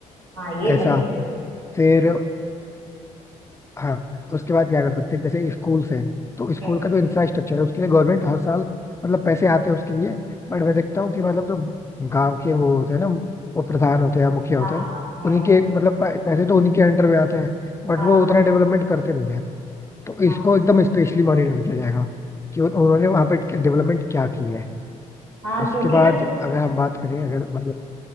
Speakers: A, on the right; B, on the left.
A: हाँ ये
B: ऐसा
A: बनेगा
B: फिर हाँ उसके बाद क्या कर सकते हैं जैसे स्कूल्स हैं तो स्कूल
A: हम्म
B: का जो इंफ्रास्ट्रक्चर है उसके लिए गवर्नमेंट हर साल मतलब पैसे आते हैं उसके लिए बट मैं देखता हूँ कि मतलब जो गांव के वो होते हैं ना वो प्रधान होते हैं या मुखिया होते
A: हाँ
B: हैं
A: हाँ
B: उन्हीं के मतलब पै- पैसे तो उन्हीं के अंडर में आते हैं बट
A: हाँ
B: वो उतना डेवलपमेंट करते नहीं है तो इसको
A: हाँ
B: एकदम स्पेशली मॉनिटर किया जाएगा कि उन- उन्होंने वहाँ पे डेवलपमेंट क्या की है
A: हाँ
B: उसके
A: क्योंकि
B: बाद
A: ना
B: अगर हम बात करें अगर मतलब